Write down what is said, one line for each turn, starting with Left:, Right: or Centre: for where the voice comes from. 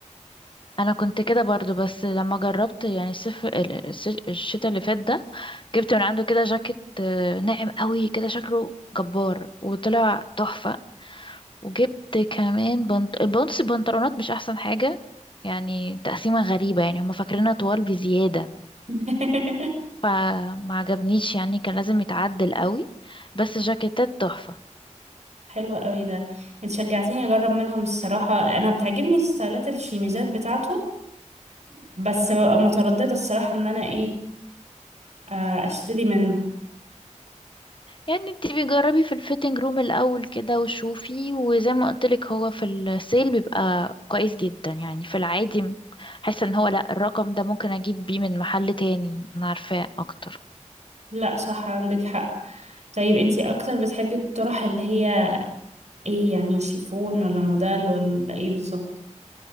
Left: انا كنت كده برضو بس لما جربت يعني الصيف ال- الس- الشتاء اللي فات ده جبت من عنده كده جاكيت آه، ناعم قوي كده شكله جبار وطلع تحفة وجبت كمان بنط البنطس البنطلونات مش احسن حاجة يعني تقسيمة غريبة يعني هما فاكرينها طوال بزيادة
Right: <laughs>
Left: فما عجبنيش يعني كان لازم يتعدل قوي بس جاكيتات تحفة
Right: حلو قوي ده انت شجعتيني اجرب منهم الصراحة انا بتعجبني ستايلات الشيميزات بتاعته بس ببقى مترددة الصراحة ان انا ايه آه، اشتري منه
Left: يعني انت بيجربي في الفيتنج روم الاول كده وشوفي وزي ما قلتلك هو في السيل بيبقى كويس جدا يعني في العادي حاسه ان هو لا الرقم ده ممكن اجيب بيه من محل تاني انا عارفاه اكتر
Right: لا صح عندك حق طيب انتي اكتر بتحبي الطرح اللي هي ايه يعني شيفون ولا موديل ولا ايه بالظبط